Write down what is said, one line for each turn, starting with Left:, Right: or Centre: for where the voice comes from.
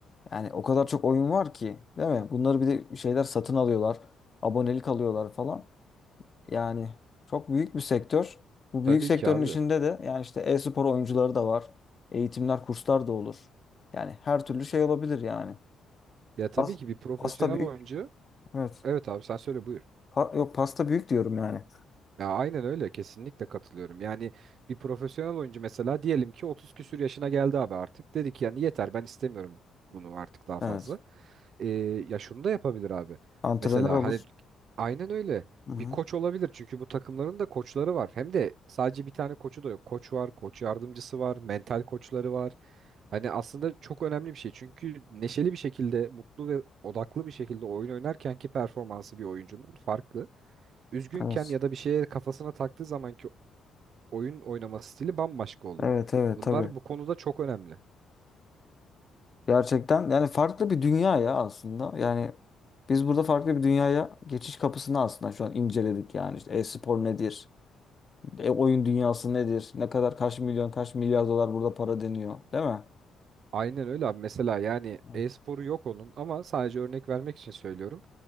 Left: Yani o kadar çok oyun var ki değil mi? Bunları bir de şeyler satın alıyorlar. Abonelik alıyorlar falan. Yani çok büyük bir sektör. Bu
Right: Tabii
Left: büyük sektörün
Right: ki abi.
Left: içinde de yani işte e-spor oyuncuları da var. Eğitimler, kurslar da olur. Yani her türlü şey olabilir yani.
Right: Ya tabii
Left: Pas-
Right: ki bir profesyonel
Left: Pasta büyük.
Right: oyuncu.
Left: Evet.
Right: Evet abi sen söyle buyur.
Left: Pa- yok pasta büyük diyorum yani.
Right: Ya aynen öyle kesinlikle katılıyorum. Yani bir profesyonel oyuncu mesela diyelim ki 30 küsür yaşına geldi abi artık. Dedi ki yani yeter ben istemiyorum bunu artık daha fazla.
Left: Evet.
Right: Ee, ya şunu da yapabilir abi.
Left: Antrenör
Right: Mesela
Left: olur.
Right: hani aynen öyle
Left: Hı-hı.
Right: bir koç olabilir çünkü bu takımların da koçları var. Hem de sadece bir tane koçu da yok. Koç var, koç yardımcısı var, mental koçları var. Hani aslında çok önemli bir şey. Çünkü neşeli bir şekilde, mutlu ve odaklı bir şekilde oyun oynarkenki performansı bir oyuncunun farklı üzgünken
Left: Evet.
Right: ya da bir şeye kafasına taktığı zamanki oyun oynama stili bambaşka oluyor.
Left: Evet evet
Right: Bunlar
Left: tabii.
Right: bu konuda çok önemli.
Left: Gerçekten yani farklı bir dünya ya aslında. Yani biz burada farklı bir dünyaya geçiş kapısını aslında şu an inceledik yani. İşte e-spor nedir? E oyun dünyası nedir? Ne kadar kaç milyon kaç milyar dolar burada para deniyor, değil mi?
Right: Aynen öyle abi. Mesela yani
Left: Hı.
Right: e-sporu yok onun ama sadece örnek vermek için söylüyorum.